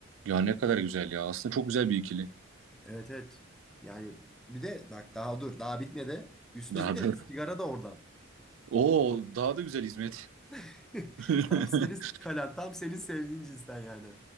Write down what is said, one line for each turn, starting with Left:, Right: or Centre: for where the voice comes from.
Right: Ya ne kadar güzel ya. Aslında çok güzel bir ikili.
Centre: Evet evet. Yani bir de bak daha dur daha bitmedi. Üstüne
Right: Daha
Centre: bir de
Right: da.
Centre: sigara da oradan.
Right: <laughs> Oo, daha da güzel hizmet.
Centre: <laughs>
Right: <laughs>
Centre: Tam senin kalan tam senin sevdiğin cinsten yani.